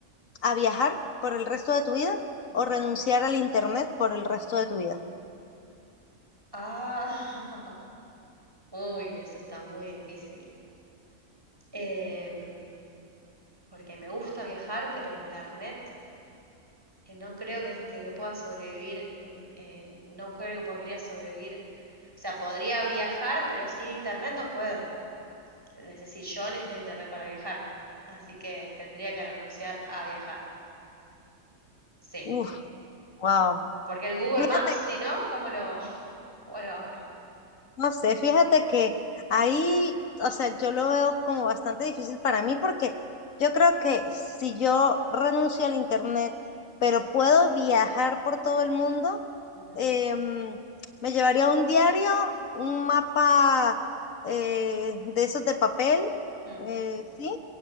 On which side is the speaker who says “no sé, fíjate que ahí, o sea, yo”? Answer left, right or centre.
Left